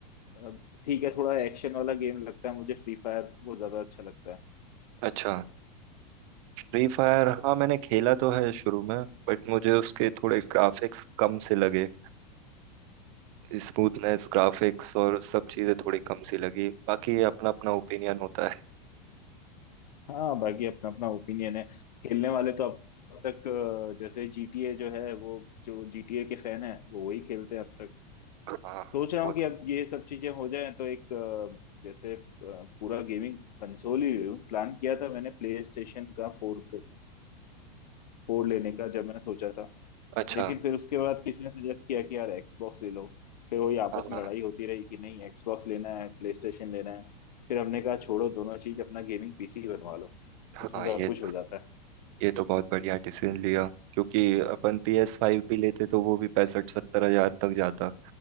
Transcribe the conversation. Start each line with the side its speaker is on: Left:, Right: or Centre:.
Left: अ, ठीक है थोड़ा एक्शन वाला गेम लगता है मुझे फ्री फायर बहुत ज्यादा अच्छा लगता है
Right: अच्छा फ्री फायर
Left: हाँ
Right: हाँ मैंने खेला
Left: उस-
Right: तो है शुरू में बट मुझे उसके थोड़े ग्राफिक्स कम से लगे स्मूथनेस ग्राफिक्स और सब चीज़ें थोड़ी कम सी लगी बाकी अपना अपना ओपिनियन होता है
Left: हाँ, बाकी अपना अपना ओपिनियन है खेलने वाले तो अब अब तक अ, जैसे जीटीए जो है वो जो जीटीए के फैन है वो वही खेलते हैं अब तक
Right: हाँ
Left: सोच रहा
Right: वो
Left: हूँ कि अब ये सब चीजें हो जाएं तो एक अ, जैसे अ, पूरा गेमिंग कंसोल ही ले लूं प्लान किया था मैंने प्ले स्टेशन का फोर फोर लेने का जब मैंने सोचा था
Right: अच्छा
Left: लेकिन फिर उसके बाद किसी ने सजेस्ट किया कि यार एक्सबॉक्स ले लो फिर वही आपस
Right: हाँ
Left: में लड़ाई होती रही कि नहीं एक्सबॉक्स लेना है प्ले स्टेशन लेना है फिर हमने कहा छोड़ो दोनों चीज अपना गेमिंग पीसी बनवा लो
Right: हाँ
Left: उसमें सब
Right: ये
Left: कुछ हो जाता है
Right: ये तो बहुत बढ़िया डिसीजन लिया क्योंकि अपन पी एस फाइव भी लेते तो वो भी पैंसठ सत्तर हजार तक जाता